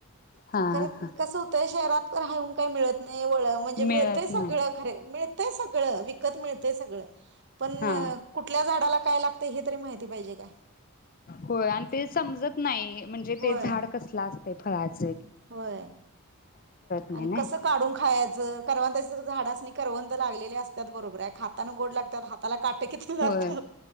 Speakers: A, on the left; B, on the right.
A: हा
B: खर
A: हा
B: कस होतंय? शहरात हऊन काही मिळत नाहीळ म्हणजे मिळतय
A: मिळत
B: सगळं,
A: नाही
B: खर मिळतय सगळं विकत मिळतय सगळं, पण
A: हा
B: कुठल्या झाडाला- काय लागतय हे तरी माहिती पाहिजे. काय
A: होय. आणि ते समजत नाही म्हणजे
B: होय
A: ते झाड कसलं असत- ते फळाच.
B: होय-
A: नाही
B: आणि
A: ना
B: कस काढून खायाचं <unintelligible> झाडास्नी करवन्द लागलेली असतात बरोबर, आहे <unintelligible> आन गोड लागतात. हाताला काट किती लागतात?
A: होय